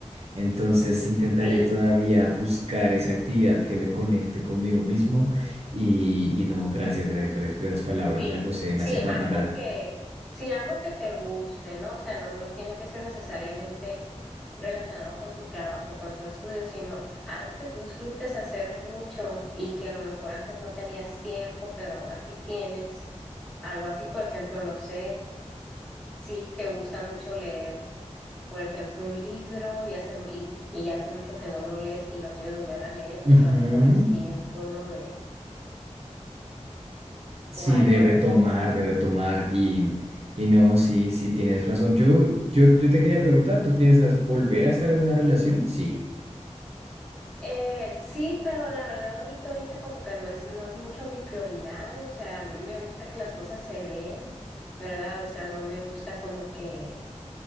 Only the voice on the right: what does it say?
Entonces intentaré
todavía buscar esa actividad que me conecte conmigo mismo y, y no, gracias, gracias, gracias por esas palabras,
María José, me
hacía falta
hablar.
Ujú.
Sí,
de retomar, de retomar y, y no, sí, sí tienes razón. Yo, yo, yo te quería preguntar, ¿tú piensas volver a estar en una relación? Sí.